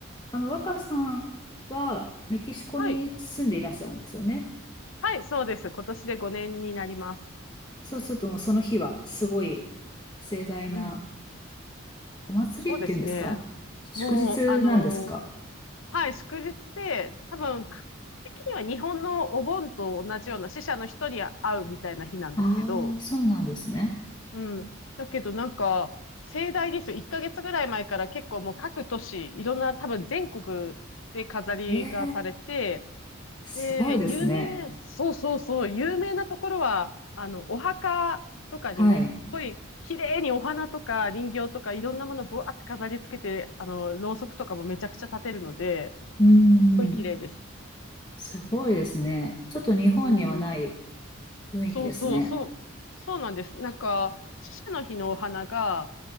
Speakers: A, on the left; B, on the left.
A: あの、若さんはメキシコに住んでいらっしゃるんですよね。
B: はい。はい、そうです。今年で5年になります。
A: そうするともうその日はすごい盛大な
B: うん。
A: お祭りっていうんですか祝日なんですか
B: そうですね。もう、あのーはい、祝日で、多分、感覚的には日本のお盆と同じような死者の人に会うみたいな日なんですけど、
A: ああー、そうなんですね。
B: うん。だけどなんか、盛大ですよ。1ヶ月ぐらい前から結構もう各都市、いろんな多分全国で飾りがされて、
A: ええ、すごいですね。
B: で、有名、そうそうそう、有名なところは、あの、お墓とかにも、
A: はい。
B: 綺麗にお花とか人形とかいろんなものぶわって飾り付けて、あの、ろうそくとかもめちゃくちゃ立てるので、
A: うん、うん
B: すっごい綺麗です。
A: すごいですね。ちょっと日本にはない
B: うんうん。
A: 雰囲気ですね。
B: そうそうそう。そうなんです。なんか、死者の日のお花が、